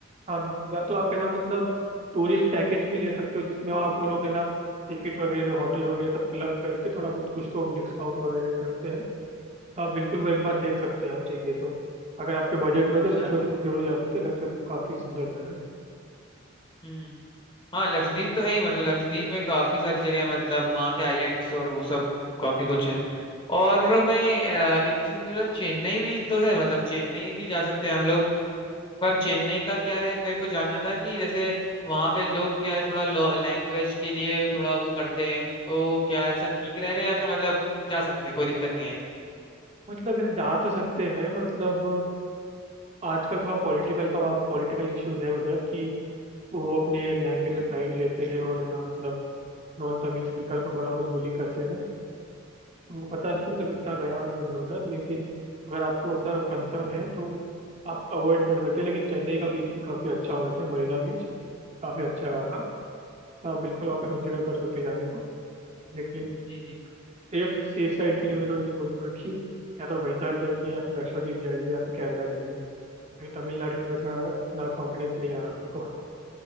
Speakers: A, on the right; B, on the left.
A: हाँ बिल्कुल या तो आप है ना मतलब टूरिस्ट पैकेज भी ले सकते हो जिसमें आप वो लोग है ना टिकट वगैरह होटल वगैरह सब क्लब करके थोड़ा बहुत कुछ तो डिस्काउंट वगैरह करते हैं तो आप बिल्कुल वो एक बार देख सकते हैं आप चाहिए तो अगर आपके बजट
B: ओ
A: में है तो
B: अच्छा
A: लक्षद्वीप जरूर जा सकते हैं लक्षद्वीप काफी सुंदर जगह है
B: हम्म हाँ लक्षद्वीप तो है ही मतलब लक्षद्वीप में काफी सारी जगह है मतलब वहाँ के आइलैंड्स और वो सब काफी कुछ है और मैं अ, एक चीज बोल रहा चेन्नई भी तो है मतलब चेन्नई भी जा सकते हैं हम लोग पर चेन्नई का क्या है मेरे को जानना था कि जैसे वहाँ पे लोग क्या है थोड़ा लैंग्वेज के लिए थोड़ा वो करते हैं तो क्या ऐसा ठीक रहेगा या फिर मतलब जा सकते हैं कोई दिक्कत नहीं आएगी
A: मतलब ऐसे जा तो सकते हैं मतलब आजकल थोड़ा पॉलिटिकल का वहाँ पॉलिटिकल इश्यूज है उधर कि वो अपने लैंग्वेज में प्राइड लेते हैं और है ना मतलब नॉन तमिल स्पीकर को थोड़ा बहुत बुली करते हैं तो पता नहीं मतलब इतना गया नहीं हूँ मैं उधर लेकिन अगर आपको ऐसा कंसर्न है तो आप अवॉइड कर सकते हैं लेकिन चेन्नई का बीच भी काफी अच्छा है वैसे मरीना बीच काफी अच्छा है वहाँ का तो आप बिल्कुल वहाँ पे कंसिडर कर सकते हैं जाने को लेकिन
B: जी जी
A: सेफ सेफ साइड के लिए मैं तो यही बोलूंगा कि या तो वैशाख जाइए या फिर लक्षद्वीप जाइए या फिर केरला जाइए अभी तमिलनाडु में थोड़ा इतना कॉन्फिडेंस नहीं आ रहा मेरे को